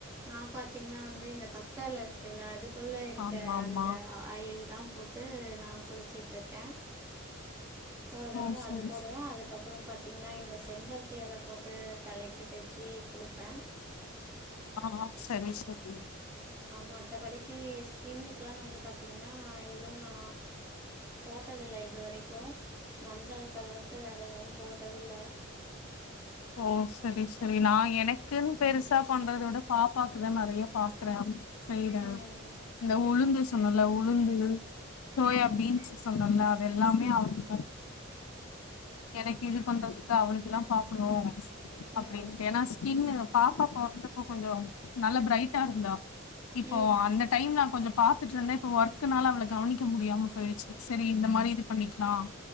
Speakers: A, on the right; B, on the left.
A: நா பாத்தீங்கன்னா வந்து இந்த கத்தால இருக்குல்ல அது குள்ள இருக்க
B: ஆமா ஆமா
A: அந்த ஆயில் தா போட் டு நா குளிச்சிட்ருக்க ஒரு தடவ
B: ஓ சரி
A: அது போடுவ
B: சரி
A: அதுக்கப்புறோ பாத்தீங்கன்னா இந்த செம்பருத்தி எல போட்டு தலைக்கு தேச்சி குளிப்ப
B: ஆ ஆ சரி ச பப்பி
A: மத்தபடிக்கி ஸ்கின்னுக்குலா வந்து பாத்தீ நா போட்டதில்ல இதுவரைக்கும் மஞ்சள் தவிர்த்து வேற எதுவும் போட்டதில்ல
B: ஓஸ் சரி சரி நான் எனக்குன் பெருசா பண்றத விட பாப்பாக்குதா நறையா பாக்கறே சைடா
A: ம்
B: இந்த உளுந்து ஸ் சொன்னல்ல உளுந்து சோயா
A: ஆமாங்க
B: பீன்ஸ் சொன்னல்ல அது எல்லாமே
A: ம்
B: அவனுக்கு எனக்கு இது பண்றதுக்கு தா அவளுக்குலாம் பாப் <unintelligible> அப்டின்டு
A: ம்
B: ஏன்னா ஸ்கின்னு பாப்பாப் பொறந்தப்போ கொஞ்சோ நல்லா ப்ரைட்டாருந்தா இப்போ
A: ம்
B: அந்த டைம் நா கொஞ்சம் பா த்துட்ருந்த இப்ப வர்க்குனால அவள கவனிக்க முடியாம போயிடுச்சு செரி இந்த மாரி இது பண்ணிக்லா